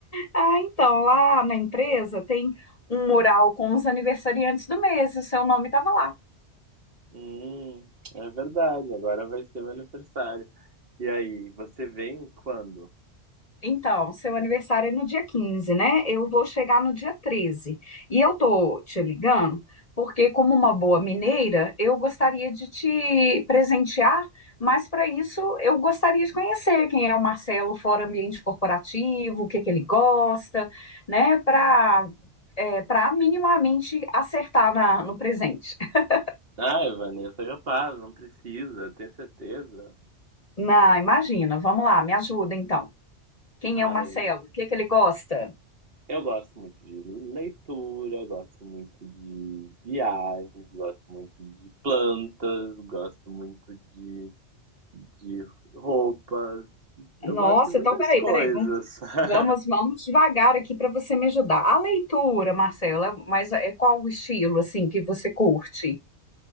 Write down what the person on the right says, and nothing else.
Hum, é verdade. Agora vai ser meu aniversário. E aí, você vem quando?
Ai, Vanessa, capaz, não precisa, tem certeza?
Ai,
eu gosto muito de leitura, gosto muito de viagens, gosto muito de plantas, gosto muito de de roupas. Eu
gosto de muitas
coisas.
<laughs>